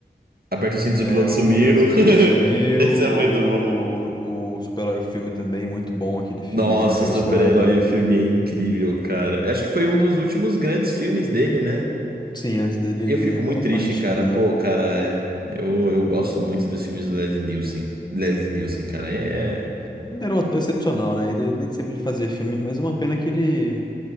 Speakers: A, on the right (about 60°); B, on the left (about 25°).
A: Aperta os cintos,
B: É,
A: o piloto
B: é o
A: sumiu.
B: Pattinson
A: <laughs>
B: Explode Sumiu,
A: Esse
B: o,
A: é muito bom.
B: o Super-Herói filme também, muito bom aquele filme,
A: Nossa,
B: inacreditável.
A: super-herói, o filme é incrível, cara. Eu Acho que foi um dos últimos grandes filmes dele, né?
B: Sim, antes dele
A: E eu fico
B: acaba
A: muito triste,
B: partindo,
A: cara. Pô, cara, é- eu, eu gosto muito dos filmes do Leslie Nielsen. Leslie Nielsen, cara, é.
B: Ele era um ator excepcional, né? Ele, ele sempre fazia filme, mas uma pena que ele,